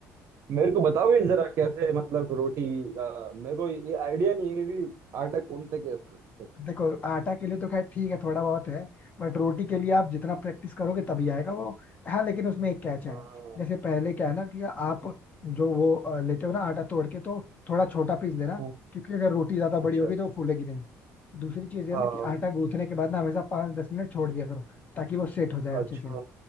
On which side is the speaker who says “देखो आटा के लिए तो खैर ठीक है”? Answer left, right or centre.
Left